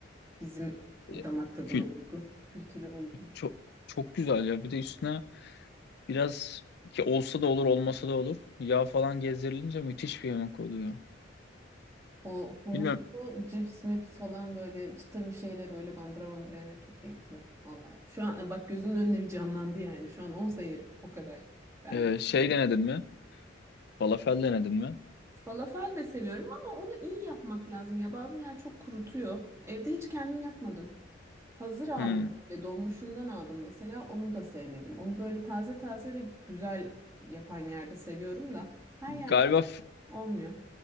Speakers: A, on the right; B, on the left.
A: bizim
B: E,
A: damak tadına
B: Kül
A: uygun, kültüre uygun.
B: çok çok güzel ya. Bir de üstüne biraz ki olsa da olur, olmasa da olur. Yağ falan gezdirilince müthiş bir yemek oluyor.
A: O humuslu
B: Bilmem
A: cips mips falan böyle çıtır bir şeyle böyle bandıra bandıra yemek çok keyifli. Valla. Şu an e, bak gözümün önünde bir canlandı yani. Şu an olsa yerim o kadar. Ben
B: e,
A: de çok
B: şey
A: severim.
B: denedin mi? Falafel denedin mi?
A: Falafel de seviyorum ama onu iyi yapmak lazım ya. Bazı yer çok kurutuyor. Evde hiç kendim yapmadım. Hazır aldım
B: Hmm.
A: böyle dolmuşundan aldım mesela onu da sevmedim. Onu böyle taze taze ve güzel yapan yerde seviyorum da her
B: Galiba
A: yerde olmuyor.